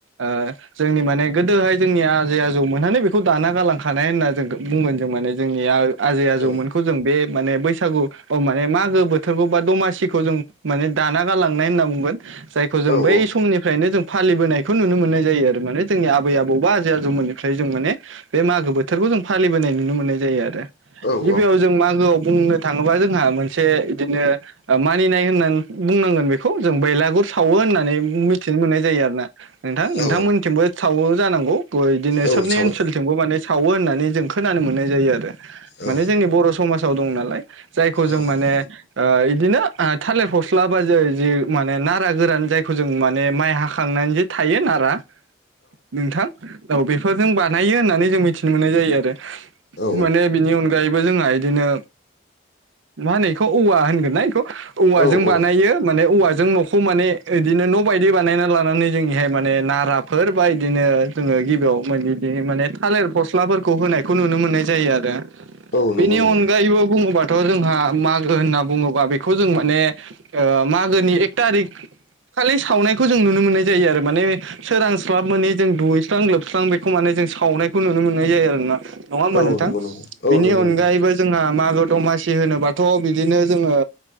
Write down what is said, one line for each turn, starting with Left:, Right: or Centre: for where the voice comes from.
Right: ओं। जोंनि माने गोदोहाय जोंनि आजै आजौ मोनहनानै बेखौ दाना गालांखानाय होनना जों बुंगोन जों माने जोंनि आजै आजौमोनखौ
Left: औ
Right: जों बे माने बैसागु माने मागो बोथोरखौ बा दमासिखौ जों माने दाना गालांनाय होनना बुंगोन। जायखौ जों
Left: औ
Right: बै
Left: औ
Right: समनिफ्रायनो जों। फालिबोनायखौ नुनो मोननाय जायो आरो माने जोंनि आबै आबौबा आजै आजौमोननिफ्राय जों माने बे मागो बोथोरखौ जों फालिबोनाय नुनो मोननाय जायो आरो
Left: औ ओं
Right: गिबियाव
Left: औ
Right: जों मागोआव बुंनो थाङोबा जोंहा मोनसे बिदिनो मानिनाय होननानै बुंनांगोन बेखौ जों बेलागुर सावो होननानै मिथिनो मोननाय जायो आरो ना नोंथां नोंथांमोनथिंबो
Left: औ
Right: सावो जानांगौ। बिदिनो
Left: औ
Right: सोबनि
Left: सावो
Right: ओनसोलथिंबो माने सावो होननानै जों खोनानो मोननाय जायो आरो। माने
Left: औ
Right: जोंनि बर' समाजाव दं नालाय जायखौ जों
Left: औ
Right: माने ओ इदिनो थालिर फस्ला बा जो जा माने नारा गोरान जायखौ जों माने माइ हाखां नानै जे थायो नारा नोंथां औ बेफोरजों बानायो होननानै जों मिथिनो मोननाय जायो आरो। माने
Left: औ
Right: बिनि अनगा यैबो जोंहा इदिनो मा होनो बेखौ औवा होनगोन ना बेखौ औवाजों
Left: औ औ
Right: बानायो माने औवा जों न'खौ माने इदिनो न' बायदि बानायना लानानै जोंनिहाय माने नाराफोर बा इदिनो जोङो गिबियाव बि माने थालेर फस्लाफोर खौ होनायखौ नुनो मोननाय जायो आरो
Left: औ
Right: बेनि
Left: नंगौ नंगौ
Right: अनगायैबो बुङोबा थ' जोंहा मागो होनना बुङोबा बेखौ जों माने मागोनि एक थारिक खालि सावनायखौ जों नुनो मोननाय जायो आरो माने सोरांस्लाब मोनै जों दुहैस्रां लोबस्रां बेखौ माने जों सावनायखौ नुनो मोननाय जायो आरोना नङा होमबा
Left: औ
Right: नोंथां
Left: नंगौ नंगौ औ
Right: बेनि
Left: नंगौ
Right: अनगायैबो
Left: नोंथां
Right: जोंहा मागो दमासि होनोबाथ' बिदिनो जोङो